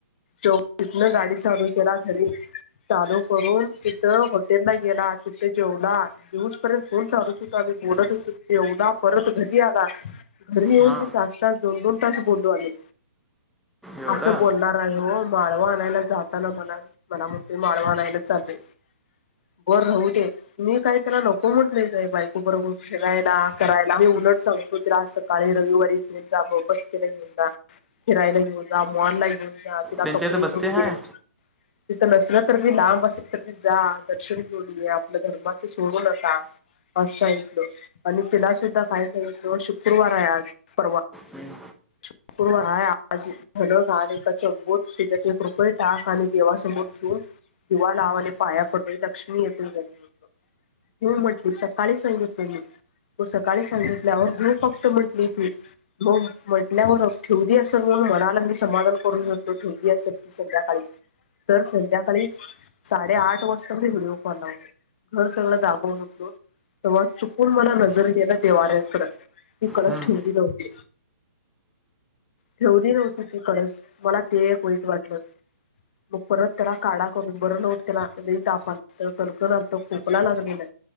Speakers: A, on the left; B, in the centre.
A: चोस न गाडी चालू केला घरी चालू करून तिथं हॉटेल ला गेला तिथं जेवला जिवूसपर्यत फोन चालूच होता मी बोलत होतो तेवढा परत घरी आला घरी येऊन
B: हा
A: बी तास तास दोन दोन तास बोलो आम्ही
B: एवढं
A: असं बोलणार आहे हो माळव आणायला जाताना मला मला म्हणते माळव आणायला चाललोय बर राहू दे मी काय त्याला नको म्हटलोय काय बायको बरोबर फिरायला करायला मी उलट सांगतो तिला अस काळी रविवारी फिरत जा उपस्थेत घेऊन जा फिरायला घेऊन जा मॉलला घेऊन जा तिला
B: त्यांच्या
A: कपडे
B: इथं बस्ते
A: घेऊन
B: हाय
A: दे तिथं नसलं तर मी लांब असेल तर मी जा दर्शन घेऊन ये आपलं धर्माचं सोडू नका अस सांगितल आणि तिला सुद्धा काय झालं होतं शुक्रवार आहे आज परवा.
B: हम्म,
A: शुक्रवार हाय आज धन घाल एकाच बोत ते ज्यात एक रुपय टाक आणि देवासमोर ठेव दिवा लाव आणि पाया पड लक्ष्मी येतील घरी. हम्म म्हटली सकाळी सांगितलेले. सकाळी सांगितल्यावर हु फक्त म्हंटली ती. मग म्हटल्यावर ठेवली असल म्हणून मनाला मी समाधान करून घेतलो ठेवली असेल ती संध्याकाळी. तर संध्याकाळी साडेआठ वाजता मी व्हिडिओ कॉल लावले. घर सगळं दाखवू उठलो. तेव्हा चुकून मला नजर गेल देवाऱ्यांकड ती कळस
B: हम्म,
A: ठेवली नव्हती. ठेवली नव्हती ती कळस मला ते एक वाईट वाटलं. मग परत तेला काढा करून बर नव्हतं तेला लई ताप आल त कणकण आलत खोकला लागलेलं.